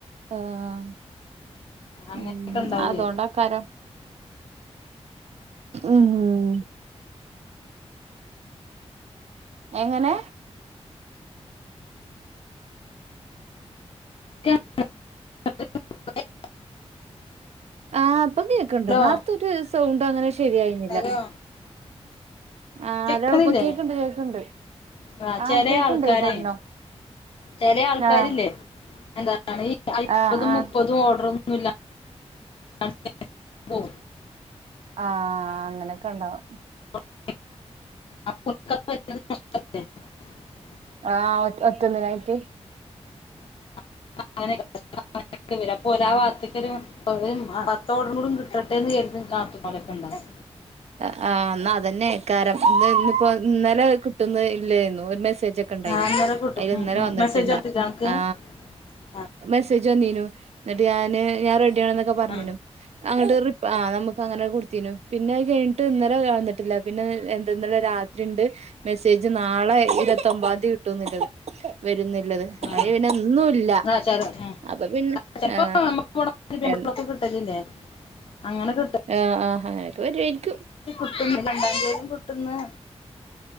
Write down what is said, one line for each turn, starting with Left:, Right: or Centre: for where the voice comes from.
Right: ആഹ..
Left: അങ്ങനെയൊക്കെ
Right: ഉം
Left: ഉണ്ടാവേ
Right: അതോണ്ടാക്കാരം ഉം... എങ്ങനെ?
Left: <unintelligible>
Right: ആ പ്പൊ കേക്ക്ണ്ട്,
Left: ഹലോ
Right: നോർത്തൊരു, സൗണ്ട്, അങ്ങനെ ശരിയായിന്നില്ല.
Left: Hello
Right: hello.
Left: കേക്കണില്ലേ
Right: ഇപ്പൊ കേക്ക്ണ്ട്, കേക്ക്ണ്ട്,
Left: ആ
Right: ആഹ്
Left: ചെലെ
Right: കേക്ക്ണ്ടേ
Left: ആൾക്കാരെ,
Right: പറഞ്ഞോ
Left: ചേലെ ആൾക്കാരില്ലേ
Right: ആഹ്
Left: എന്ത് പറഞ്ഞാലേ ഈ അയ്മ്പതും
Right: ആഹ് ആഹ്
Left: മുപ്പതും ഓർഡറൊന്നൂല്ല <unintelligible> പ്പോ
Right: ആഹ. അങ്ങനെക്കെണ്ടാവും.
Left: <unintelligible>
Right: ആഹ് ഒറ്റ് ഒറ്റെന്നിനായിട്ട്
Left: <unintelligible> പോലാ വാർത്തക്കൊരു അത് പത്തോടറു കൂടി കിട്ടെട്ടേന്ന് കെരുതി കാത്തുമ്പോലൊക്കെ ഉണ്ടാവും
Right: അ ആ ന്ന അതെന്നെയ്ക്കാരം ത് ഇന്നിപ്പോ ഇന്നലെ കിട്ടുന്ന് ഇല്ലെയ്ന്നു ഒരു മെസ് ണ്ടേച്ചൊക്കെണ്ടായിനു
Left: ആ അന്നേരം കിട്ടും
Right: അയില്
Left: ഉം
Right: ഇന്നലെ
Left: ഉം
Right: വന്നിട്ടില്ല
Left: മെസ്സേജ് അനക്ക്
Right: ആ.
Left: ആ
Right: ബെസ് ത്ജ്ജ് വന്നീനു ന്നി്ട്ട് ഞാന് ഞാൻറെഡിയാണൊക്കെ പറഞ്ഞീനു.
Left: ആ
Right: അങ്ങ്ട്ട് റി ആ നമുക്കങ്ങനെ കൊടുത്തീനു പിന്നെ. യ് ഇത് കഴിഞ്ഞിട്ട് ഇന്നലെ വരെ വന്നിട്ടില്ല പിന്നെ എന്ത ഇന്നലെ രാത്രി ണ്ട് മെസ്സേജ് നാളെ ഇന്നത്തൊപ്പം പതി കിട്ടൊന്നുല്ലല്ലോ വരുന്നില്ലത്
Left: ആ
Right: അല്ലെയ് പിന്നെ ഇന്നൂല്ല
Left: ആ ചെല ഉം
Right: അപ്പൊ പിന്നെ
Left: ചെലപ്പോ
Right: ആ
Left: നമുക്ക് ഗുണൊക്കെ
Right: എന്ത്.
Left: കിട്ടലില്ലേ അങ്ങനെ കിട്ടും
Right: ആആ ഹാ ഒരു മിനിറ്റ്
Left: കിട്ടുന്നു രണ്ടാം പേരീം കി ട്ടുന്നു.